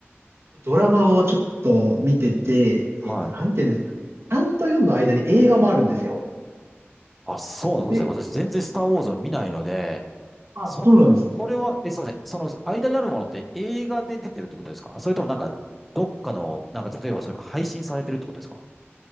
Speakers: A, on the right; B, in the centre.
A: ドラマをちょっと見てて、
B: はい。
A: えっと、なんていうんですかね、3と4の間に映画もあるんですよ。
B: あ、そうなんですね。
A: で、
B: 私全然スターウォーズを見ないので、
A: あ、
B: そん、
A: そうなんですね。
B: それは、え、すいません。その間にあるものって映画で出てるってことですかそれともなんか、どっかの、なんか例えばそれか配信されてるってことですか